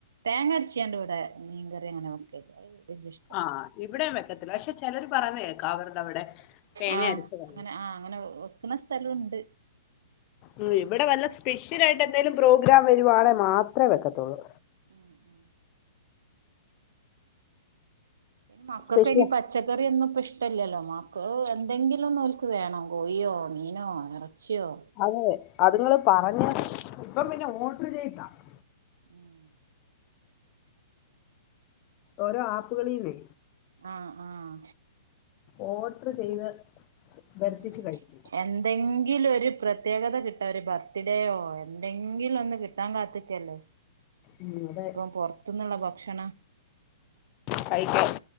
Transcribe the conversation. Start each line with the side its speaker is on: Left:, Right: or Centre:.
Right: തേങ്ങ അരച്ചാണ്ട് ഇവെടെ മീൻകറി അങ്ങനെ വെക്കല്ല. അ വല്യ ഇഷ്ടം
Left: ആ ഇവിടെയും വെക്കത്തില്ല. പക്ഷെ ചെലർ പറയുന്ന കേക്കാം അവരുടെ അവിടെ തേങ്ങ
Right: ആഹ്
Left: അരച്ച് കറി
Right: അങ്ങനെ ആ അങ്ങനെ വെക്ക്ണ സ്ഥലും ഇണ്ട്.
Left: ഉം ഇവിടെ വല്ല സ്പെഷ്യല് ആയിട്ട് എന്തേലും പ്രോഗ്രാം വരുവാണെ മാത്രെ വെക്കത്തൊള്ളൂ.
Right: ഉം ഉം മക്കക്ക്
Left: സ്പെഷ്യൽ
Right: അയ്നി പച്ച പ പച്ചക്കറ്യാെന്നും ഇപ്പം ഇഷ്ടല്ലല്ലോ. മാക്ക് ഓ. എന്തെങ്കിലൊന്ന് ഓൽക്ക് വേണം കോഴിയോ, മീനോ, ഇറച്യാെ
Left: <unintelligible>
Right: ഉം
Left: ഓരോ ആപ്പുകളീന്നെ
Right: ആഹ് ആഹ്
Left: ഓർഡർ ചെയ്ത് വരുത്തിച്ച്
Right: ഉം
Left: കഴും --
Right: എന്തെങ്കിലും ഒരു പ്രത്യേകത കിട്ടാ ഒരു ബർത്ത്ഡേയോ എന്തെങ്കിലും ഒന്ന് കിട്ടാൻ കാത്തിക്കല്ലെ.
Left: ഉം, അതെ
Right: ഇപ്പം പൊറത്ത്ന്ന്ള്ള ഭക്ഷണം
Left: കയിക്ക